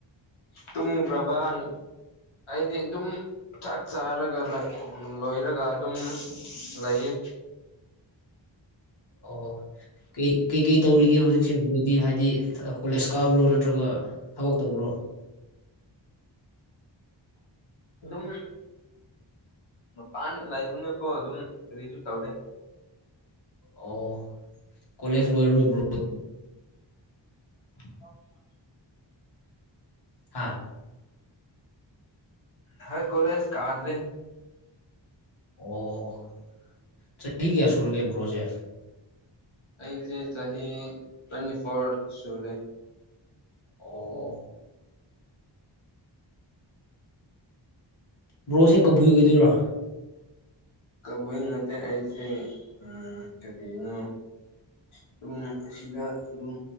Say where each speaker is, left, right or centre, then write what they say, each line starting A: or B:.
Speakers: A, on the left (about 90°); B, on the left (about 55°).
A: ꯇꯨꯝ ꯄ꯭ꯔꯕꯥꯟ ꯑꯩꯗꯤ ꯑꯗꯨꯝ ꯆꯥꯛ ꯆꯥꯔꯒ ꯂꯣꯏꯔꯒ ꯑꯗꯨꯝ ꯂꯩꯌꯦ꯫
B: ꯑꯣ ꯀꯩ ꯀꯩꯀꯩ ꯇꯧꯔꯤꯒꯦ ꯍꯧꯖꯤꯛꯁꯦ ꯕꯣꯗꯤ ꯍꯥꯏꯗꯤ ꯀꯣꯂꯦꯁ ꯀꯥꯕ꯭ꯔꯣ ꯅꯠꯇ꯭ꯔꯒ ꯊꯕꯛ ꯇꯧꯕ꯭ꯔꯣ?
A: ꯑꯗꯨꯝ ꯃꯄꯥꯟꯗ ꯂꯩꯕꯅꯀꯣ ꯑꯗꯨꯝ ꯀꯔꯤꯁꯨ ꯇꯧꯗꯦ꯫
B: ꯑꯣ ꯀꯣꯂꯦꯖ ꯂꯣꯏꯔꯔꯕ ꯕ꯭ꯔꯣ?
A: <inaudible>
B: ꯍꯥꯥ꯫
A: ꯍ ꯀꯣꯂꯦꯁ ꯀꯥꯗ꯭ꯔꯦ꯫
B: ꯑꯣ ꯆꯍꯤ ꯀꯌꯥ ꯁꯨꯔꯒꯦ ꯕ꯭ꯔꯣꯁꯦ꯫
A: ꯑꯩꯁꯦ ꯆꯍꯤ ꯇ꯭ꯋꯦꯟꯇꯤ ꯐꯣꯔ ꯁꯨꯔꯦ꯫
B: ꯑꯣ꯫ ꯕ꯭ꯔꯣꯁꯦ ꯀꯕꯨꯏ ꯑꯣꯏꯗꯣꯏꯔꯣ꯫
A: ꯀꯕꯨꯏ ꯅꯠꯇꯦ ꯑꯩꯁꯦ ꯎꯝ ꯀꯔꯤꯅꯣ ꯑꯗꯨꯝ ꯁꯤꯗ ꯑꯗꯨꯝ